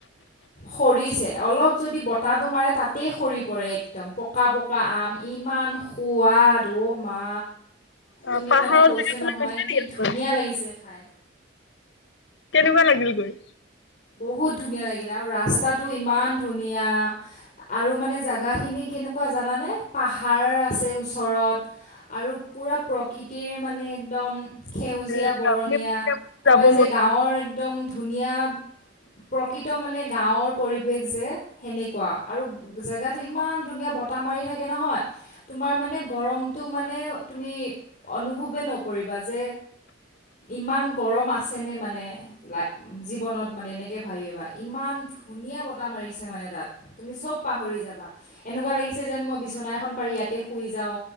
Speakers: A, on the left; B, on the left.
A: সৰিছে, অলপ যদি বতাহটো মাৰে তাতেই সৰি পৰে একদম, পকা পক কা আম, ইমান সোৱাদ, অ' মা
B: অ
A: তুমি
B: পাহাৰৰ
A: মানে কৈছোঁ
B: জেগা ফালে
A: নহয়,
B: গৈছে
A: কি
B: নেকি আপুনি
A: ধুনীয়া লাগিছে খাই।
B: কেনেকুৱা লাগিল গৈ?
A: বহুত ধুনীয়া লাগিলে আৰু ৰাস্তাটো ইমান ধুনীয়া। আৰু মানে জাগাখিনি কেনেকুৱা জানানে, পাহাৰ আছে ওচৰত আৰু পুৰা প্ৰকৃতিৰ মানে একদম সেউজীয়া
B: এ
A: বৰণীয়া,
B: আপুনি যাব
A: কয় যে
B: মন
A: গাঁৱৰ একদম ধুনীয়া প্ৰকৃত মানে গাঁৱৰ পৰিৱেশ যে, সেনেকুৱা, আৰু জেগাটো ইমান ধুনীয়া, বতাহ মাৰি থাকে নহয়। তোমাৰ মানে গৰমটো মানে তুমি অনুভৱে নকৰিবা যে ইমান গৰম আছে নে মানে লাই-জীৱনত। মানে এনেকৈ ভাবিবা, ইমান ধুনীয়া বতাহ মাৰিছে মানে তাত, তুমি চব পাহৰি যাবা। এনেকুৱা লাগিছে যেন মই বিচনা এখন পাৰি ইয়াতে শুই যাওঁ।